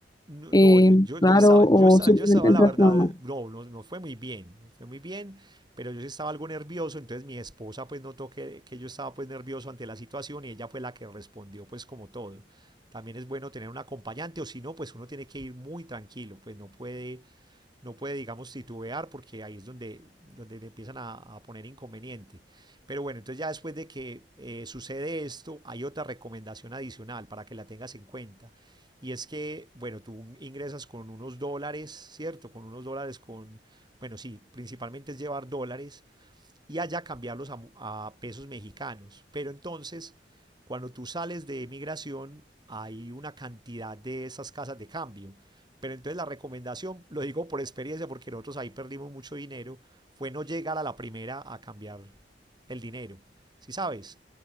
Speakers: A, on the right; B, on the left.
A: No,
B: eh,
A: no, yo, yo,
B: raro
A: estaba, yo
B: o
A: estaba,
B: simplemente
A: yo estaba,
B: entras
A: la verdad,
B: normal.
A: no, no, no fue muy bien, no fue muy bien, pero yo sí estaba algo nervioso, entonces mi esposa pues notó que, que yo estaba pues nervioso ante la situación y ella fue la que respondió pues como todo. También es bueno tener un acompañante o si no, pues uno tiene que ir muy tranquilo, pues no puede no puede, digamos, titubear porque ahí es donde, donde te empiezan a, a poner inconveniente. Pero bueno, entonces ya después de que eh, sucede esto, hay otra recomendación adicional para que la tengas en cuenta. Y es que, bueno, tú ingresas con unos dólares, ¿cierto? Con unos dólares, con, bueno, sí, principalmente es llevar dólares y allá cambiarlos a, a pesos mexicanos. Pero entonces, cuando tú sales de migración, hay una cantidad de esas casas de cambio. Pero entonces la recomendación, lo digo por experiencia, porque nosotros ahí perdimos mucho dinero, fue no llegar a la primera a cambiar el dinero. Si ¿Sí sabes,